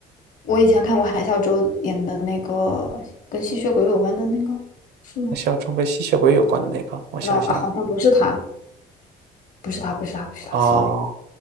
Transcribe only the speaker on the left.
我以前看过韩孝周演的那个跟吸血鬼有关的那个。是吗？
知道啊，好像不是他，不是他，不是他，不是他，sorry。